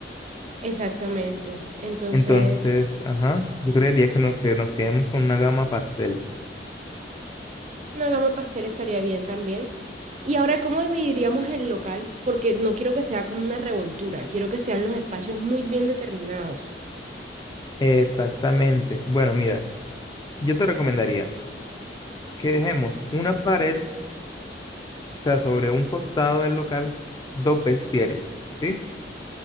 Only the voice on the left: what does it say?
Entonces, ajá, yo creería que, no- que nos quedemos con una gama pastel.
Exactamente. Bueno, mira, yo te recomendaría que dejemos una pared o sea, sobre un costado del local, dos vestieres, ¿sí?